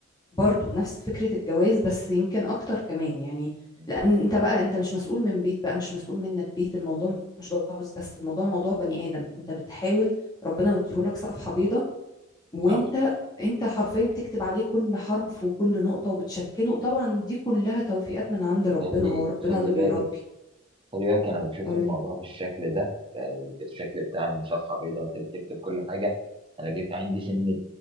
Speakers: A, on the left; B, on the right.
A: برضو نفس فكرة الجواز بس يمكن اكتر كمان يعني
B: مم،
A: لان انت بقى انت مش مسؤول من بيت بقى مش مسؤول منك بيت الموضوع مش موضوع فلوس بس الموضوع موضوع بني ادم انت بتحاول ربنا مديهولك صفحة بيضاء وانت
B: صح
A: انت حرفيا بتكتب عليه كل حرف وكل نقطة وبتشكله طبعا دي كلها توفيقات من عند ربنا
B: خلي
A: هو ربنا
B: خلي
A: اللي بيربي
B: بالك خلي بالك انا بشوف
A: قولي
B: الموضوع بالشكل ده ب- بالشكل بتاع إن صفحه بيضاء انت بتكتب كل حاجه انا بيبقى عندي سنه